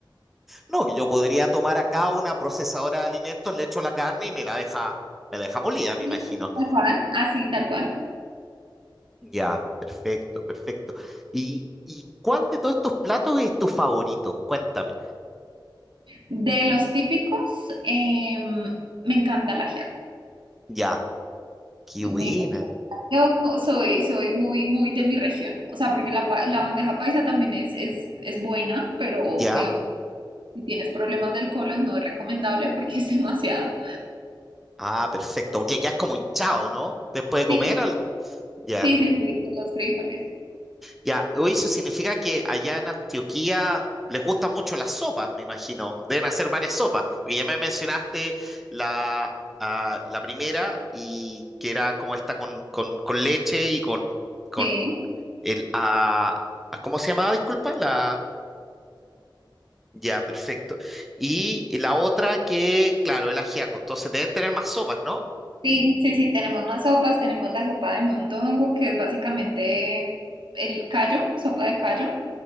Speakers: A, in the centre; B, on the right.
A: No, que yo podría tomar acá una procesadora de alimentos, le echo la carne y me la deja, me la deja molida,
B: Sí,
A: me imagino.
B: Tal cual, así tal cual.
A: Ya, perfecto, perfecto. ¿Y, y cuál de todos estos platos es tu favorito? Cuéntame.
B: De los típicos, em, me encanta el ajiaco.
A: Ya, qué
B: Y
A: buena.
B: Me- me- yo co- soy, soy muy, muy de mi región. O sea, porque la, pa- la bandeja paisa también es, es, es buena, pero
A: Ya.
B: digamos Si tienes problemas del colon, no es recomendable porque es <laughs> demasiado.
A: Ah, perfecto, porque ya es como hinchado, ¿no? Después de
B: Sí,
A: comer, Ya,
B: sí, sí, sí, por los frijoles.
A: ya. Oye, eso significa que allá en Antioquía les gustan mucho las sopas, me imagino. Deben hacer varias sopas. Porque ya me mencionaste la, ah, la primera y que era como esta con, con, con leche y con, con
B: Sí,
A: el... ah, ah, ¿cómo se llamaba? Disculpa, la... Ya, perfecto. Y la otra que, claro, el ajiaco. Entonces deben tener más sopas, ¿no?
B: sí, sí, sí, tenemos más sopas, tenemos la sopa de mondongo, que es básicamente el callo, sopa de callo,